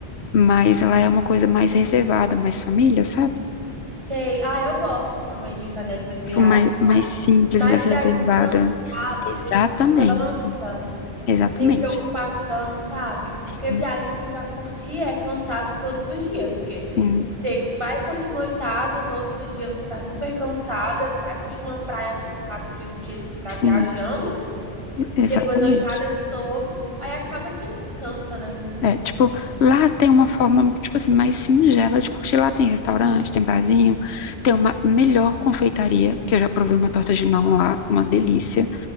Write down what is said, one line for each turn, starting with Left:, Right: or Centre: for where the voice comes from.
Left: mas ela é uma coisa mais reservada, mais família, sabe?
Right: Sei. Ah, eu gosto também de fazer essas viagens,
Left: Tipo, mais, mais
Right: sabe?
Left: simples,
Right: Mas
Left: mais reservada.
Right: para descansar,
Left: Exatamente,
Right: você descansa
Left: exatamente.
Right: sem preocupação, sabe?
Left: Sim,
Right: Porque viagem assim para curtir é cansaço todos os dias, porque
Left: sim,
Right: você vai curtir noitada, no outro dia você tá super cansada, vai curtir uma praia cansada do mesmo jeito que você tá
Left: sim,
Right: viajando.
Left: e- exatamente.
Right: e depois noitada de novo, aí acaba que não descansa, né?
Left: É, tipo, lá tem uma forma, tipo assim, mais singela de curtir. Lá tem restaurante, tem barzinho, tem uma melhor confeitaria, que eu já provei uma torta de limão lá, uma delícia.